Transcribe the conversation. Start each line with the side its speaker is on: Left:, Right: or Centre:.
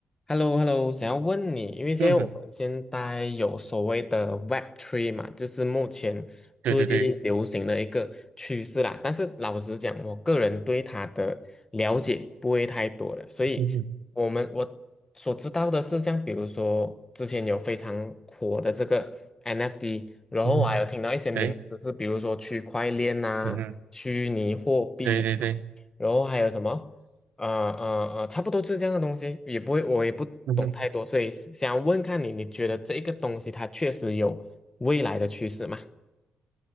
Left: h e l l o h e l l o 想要问你，因为现在我们现在有所谓的
Right: 嗯哼，
Left: Web 3嘛，就是目前最嗯流行的一个趋势啦。
Right: 对对对，
Left: 但是老实讲，我个人对它的了解不会太多了，所以我们我所知道的是，
Right: 嗯哼，
Left: 像比如说之前有非常火的这个 NFT，然后我还有听到一些名词是，
Right: 嗯哼，对，
Left: 比如说区块链啊、
Right: 嗯哼，
Left: 虚拟货币啊然后还有什么？
Right: 对对对，
Left: 呃呃呃，差不多就是这样的东西，也不会，我也不懂太多，
Right: 嗯哼，
Left: 所以想要问看你，你觉得这一个东西它确实有未来的趋势吗？